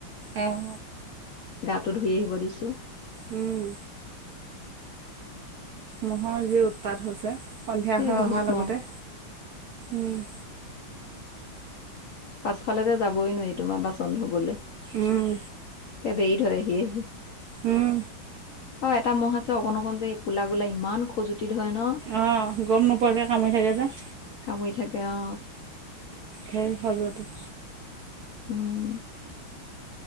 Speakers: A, on the right; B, on the left.
A: অঁ
B: গাটো ধুই আহিব দিছো।
A: উম। মহৰ যি উৎপাত হৈছে, সন্ধিয়া
B: এই
A: হৈ
B: বহুত
A: অহাৰ লগতে।
B: মহ।
A: উম।
B: পাছফালে যে যাবই নোৱাৰি, তোমাৰ বাচন ধুবলে।
A: উম
B: বেৰি ধৰেহি আহি।
A: উম
B: অ, এটা মহ আছে অকন-অকন যে, এই কোলা-কোলা ইমান খজুতি ধৰে ন!
A: অ, গম নোপোৱাকে কামুৰি থাকে যে।
B: কামুৰি থাকে, অ।
A: ধেই খজুৱতি।
B: উম।